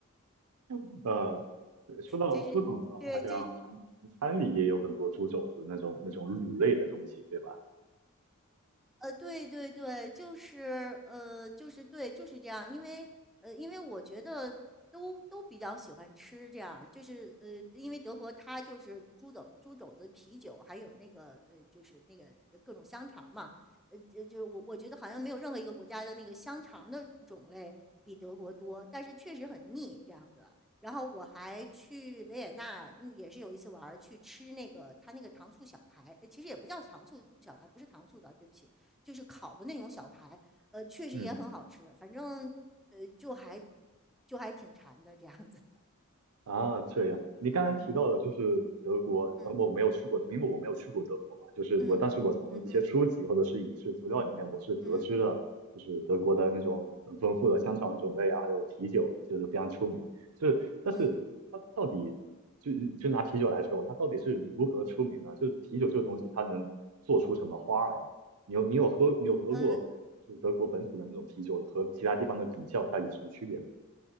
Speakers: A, on the right (about 85°); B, in the centre.
A: 嗯，呃，对，说到猪肘子的话，
B: 就是对，
A: 好像韩韩餐里也有很多猪肘子那种那种卤类的东西，
B: 就是
A: 对吧？
B: 呃，对对对，就是呃，就是对，就是这样。因为呃，因为我觉得都都比较喜欢吃这样，就是呃，因为德国它就是猪肘、猪肘子、啤酒，还有那个呃，就是那个各种香肠嘛。呃，就就是我我觉得好像没有任何一个国家的那个香肠的种类比德国多，但是确实很腻这样子。然后我还去维也纳，嗯也是有一次玩儿去吃那个他那个糖醋小排，呃其实也不叫糖醋小排，不是糖醋的，对不起，就是烤的那种小排，呃，确实也很好吃，
A: 嗯嗯
B: 反正呃就还就还挺馋的这样子。
A: 啊，这样，你刚刚提到的就是德国，
B: 嗯
A: 呃，我没有去过，因为我没有去过德国嘛，就是我，
B: 嗯嗯嗯
A: 但是我从一些书籍或者是影视资料里面，我是得知了，
B: 嗯
A: 就是德国的那种很丰富的香肠种类啊，还有啤酒，就是非常出名。就是，但是它到底就就拿啤酒来说吧，
B: 嗯，
A: 它到底是如何出名呢？就是啤酒这个东西，它能做出什么花儿来呢？你有你有喝你有喝过就是德国本土的那种啤酒和其他地方的比较，
B: 呃。
A: 它有什么区别吗？